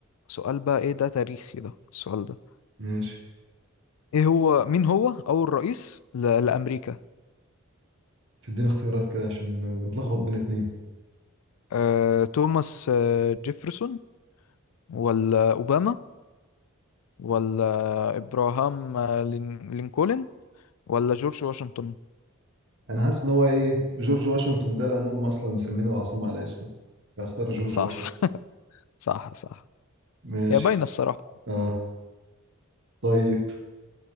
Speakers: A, on the left; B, on the right.
A: سؤال بقى ايه ده تاريخي ده السؤال ده
B: ماشي
A: ايه هو مين هو اول رئيس ل- لأمريكا
B: تديني اختيارات كده عشان م- متلخبط بين اتنين
A: آه، توماس آه، جيفرسون ولا أوباما ولا ابراهام آه، لين- لينكولن ولا جورج واشنطن
B: انا حاسس ان هو ايه جورج واشنطن ده لان هم اصلا مسمين العاصمه على اسمه فاختار جورج
A: صح
B: واشنطن
A: <laughs> صح صح
B: ماشي
A: هي باينة الصراحة
B: اه طيب